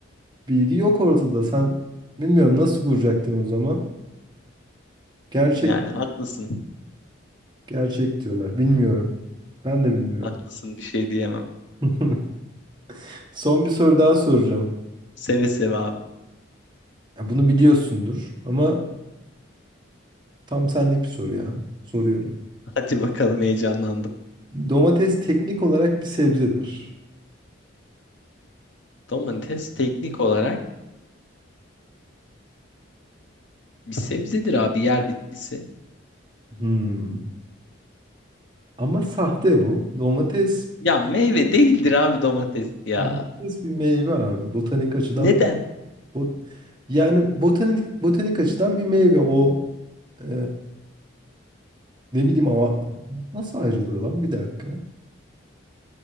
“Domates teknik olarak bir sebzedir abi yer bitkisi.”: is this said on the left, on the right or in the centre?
Left